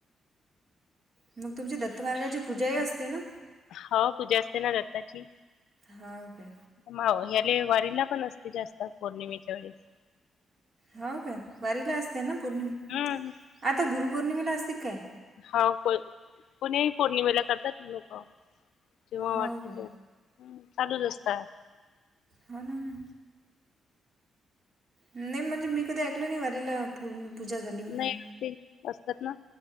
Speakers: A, on the right; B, on the left.
A: मग तुमची दत्तमार्गाची पूजाही असते ना
B: हो पूजा असते ना दत्ताची
A: हो काय
B: माव ह्याले वारींला पण असते जास्त पौर्णिमेच्या वेळेस
A: हो का वारीला असते ना पौर्णिम
B: हम्म
A: आता गुरुपौर्णिमेला असते काय
B: हा को कुणीही पौर्णिमेला करतात लोक जेव्हा
A: हो
B: वाटते
A: काय
B: तेव्हा चालूच असतात
A: होा न ना नाही म्हणजे मी कधी ऐकलो नाही वारीला पूर्ण पूजा झाली म्हणून
B: नाही ते असतात ना